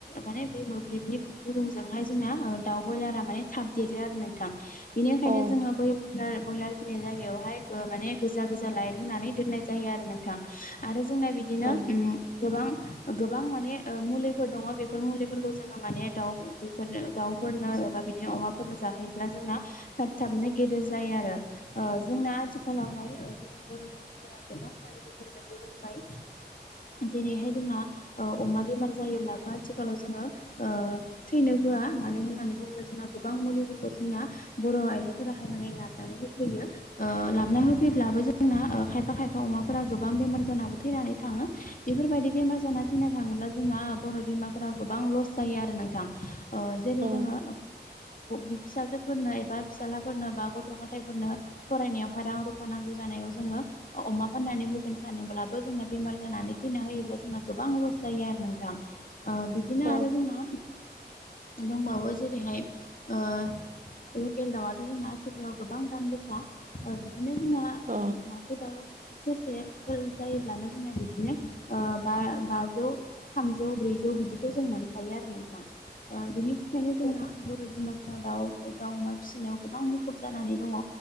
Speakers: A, on the left; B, on the right.
A: माने बे मोब्लिबनि गुदुंजोंहाय जोंना ओ दाउ ब्रयलारा माने थाब देरो आरो नोंथां। बिनिखायनो
B: ओं
A: जोङो बै बल ब्रयलार फिनाय जायगायावहाय माने गोजा गोजा लाइट होनानै दोन होननाय जायो आरो नोंथां आरो जोंना बिदिनो
B: औ
A: उम गोबां गोबां माने ओ मुलिफोर दङ' बेफोर मुलिफोरखौ जोङो माने दाउ बेफोरनो दाउफोरनो एबा बिदिनो अमाफोरनो जाहोयोब्ला जोंना थाब थाबनो गेदेर जायो आरो जोंना आथिखालावहाय ओ जोंनि बर' फोरा गोबां बेफोर बायदि रोंबाय जेरैहाय जोंना ओ अमा बेमार जायोब्लाबो आथिखालाव जोङो थैनो होआ मानो होननानै बुङोब्ला जोंना गोबां मुलिफोरखौ जोंना बर' आइजोफोराहाय माने लाबोनानै होफैयो ओ लाबोनानै होफैब्लाबो जोंना खायफा खायफा अमाफोरा गोबां बेमार जानाबो थैनानै थाङो बेफोरबायदि बेमार जाना थैना थाङोब्ला जोंना बर' बिमाफोरा गोबां लस जायो आरो नोंथां ओ जेरै
B: औ
A: जोङो फिसाजोफोरनो एबा फिसाज्लाफोरनो बा गथ' गथायफोरनो फरायनायावहाय रां रुफा नांगौ जानायाव जोङो अमा फाननानै होगोन सानब्लाबो जोंना बेमार जानानै थैना होयोब्ला जोंना गोबां लस जायो आरो नोंथां। ओ बिदिनो
B: औ
A: आरो जोंना दंबावो जेरैहाय ओ लकेल दाउआथ' जोंना आथिखालाव गोबां दाम गोसा ओ बिदिनो जोंना म
B: औ
A: सटाव सेरसेफोर जायोब्लानो जोंना बिदिनो ओ बा-बाजौ थामजौ ब्रैजौ बिदिखौ जों मोनखायो आरो नोंथां। ओ बिनिखायनो जोंना बर' बिमाफोरा दाउ दाउ अमा फिसिनायाव गोबां मुखुब जानानै दङ'